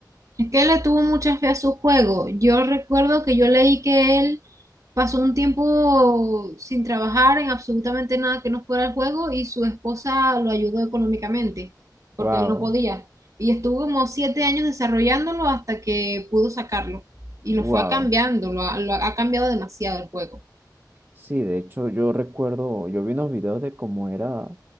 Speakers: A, on the right; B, on the right.
A: Es que él le tuvo mucha fe a su juego. Yo recuerdo que yo leí que él pasó un tiempo sin trabajar en absolutamente nada que no fuera el juego y su esposa lo ayudó económicamente porque
B: Wow,
A: él no podía. Y estuvo como siete años desarrollándolo hasta que pudo sacarlo. Y
B: wow.
A: lo fue cambiando, lo ha lo ha cambiado demasiado el juego.
B: Sí, de hecho yo recuerdo, yo vi unos videos de cómo era